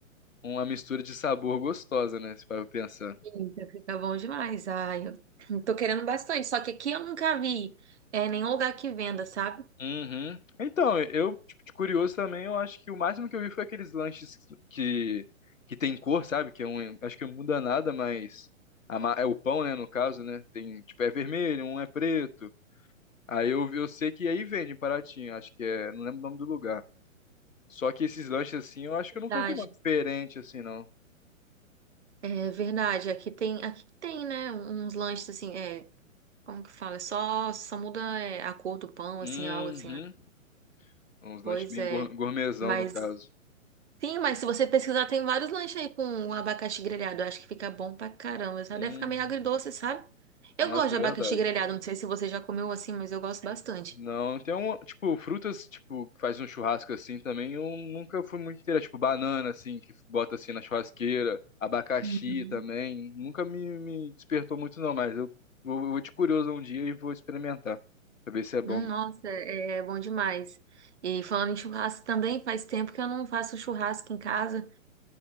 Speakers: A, on the left (about 70°); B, on the right (about 55°).
A: uma mistura de sabor gostosa, né? Se para pensar.
B: Eita, fica bom demais. Ai, eu <clears throat> tô querendo bastante. Só que aqui eu nunca vi, é, nenhum lugar que venda, sabe?
A: Uhum. Então, eu, tipo, de curioso também, eu acho que o máximo que eu vi foi aqueles lanches que, que tem cor, sabe? Que é um, acho que não muda nada, mas a ma- é o pão, né? No caso, né? Tem, tipo, é vermelho, um é preto. Aí eu, eu sei que aí vende em Paraty, acho que é, não lembro o nome do lugar. Só que esses lanches assim, eu acho que
B: Verdade.
A: eu nunca vi não diferente assim, não.
B: É verdade. Aqui tem, aqui tem, né? Uns lanches assim, é. Como que fala? É Só, só muda é, a cor do pão,
A: Uhum.
B: assim, algo assim, né?
A: Uns
B: Pois
A: lanches bem
B: é.
A: gour- gourmetzão,
B: Mas,
A: no caso.
B: sim, mas se você pesquisar, tem vários lanches aí com um abacaxi grelhado. Eu acho que fica bom pra caramba, sabe?
A: Uhum.
B: Deve ficar meio agridoce, sabe? Eu
A: Nossa,
B: gosto de
A: é
B: abacaxi
A: verdade.
B: grelhado. Não sei se você já comeu assim, mas eu gosto bastante.
A: Não, tem um, tipo, frutas, tipo, que faz um churrasco assim também, eu nunca fui muito inteira, tipo, banana, assim, que bota assim na churrasqueira, abacaxi
B: Uhum.
A: também, nunca me, me despertou muito não, mas eu vou, eu vou de curioso um dia e vou experimentar, pra ver se é bom.
B: Hum, Nossa, é é bom demais. E falando em churrasco também, faz tempo que eu não faço churrasco em casa.